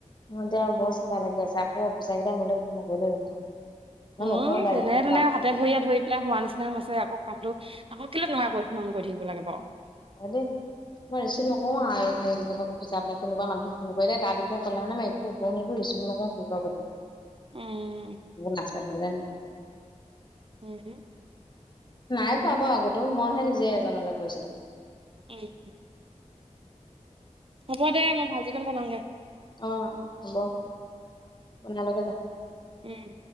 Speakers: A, on the left; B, on the right.
A: মোৰ এয়া বৰ চিন্তা লাগি আছে, আকৌ অফিচাৰ কেইটাই মোলে ফোন নকৰিলে ৰক্ষা। মই
B: অউ,
A: নকৰো বাৰু
B: যেনে
A: ৰিচিভ
B: তেনে
A: কাৰো ফোন
B: হাতে ভৰিয়ে ধৰি পাই হোৱা নিচিনা হৈছে আকৌ কামটো আকৌ কেলে <unintelligible> কৰি, কৰি থাকিব লাগে বাৰু।
A: হয়, দেই। মই ৰিচিভ নকৰোঁ আৰু হে অফিছাৰলে কোনোবা মানুহক ফোন কৰিলে, তাৰ বিষয়ে ক'লে মানে একো একো উত্তৰও নিদিওঁ, ৰিচিভ নকৰোঁ যি কৰ কৰি থাক।
B: উম।
A: <inaudible>
B: উম।
A: নাই পোৱা বাৰু আগতেও, মইহে নিজে এজনলৈ কৰিছিলোঁ।
B: উম। হ'ব দে, মই ভাজিকণ বনাওঁগে।
A: অ', হ'ব। <unintelligible> যা।
B: উম।